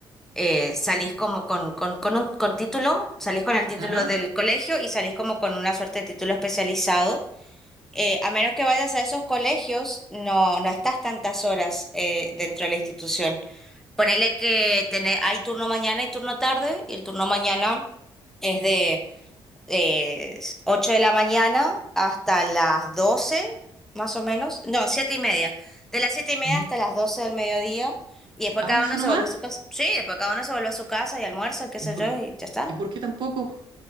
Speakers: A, in the centre; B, on the right (about 55°).
A: eh, salís como con, con, con un con título, salís con el título
B: Ajá.
A: del colegio y salís como con una suerte de título especializado. Eh, a menos que vayas a esos colegios, no, no estás tantas horas eh, dentro de la institución. Ponele que tené- hay turno mañana y turno tarde, y el turno mañana es de eh, 8 de la mañana hasta las 12 más o menos. No, 7 y media. De las 7 y media
B: ujú.
A: hasta las 12 del mediodía. Y después
B: Ah,
A: cada
B: ¿eso
A: uno
B: nomás?
A: se vuelve a su casa. Sí, después cada uno se vuelve a su casa y almuerza, qué
B: ¿Y
A: sé
B: por,
A: yo, y ya está.
B: y por qué tampoco?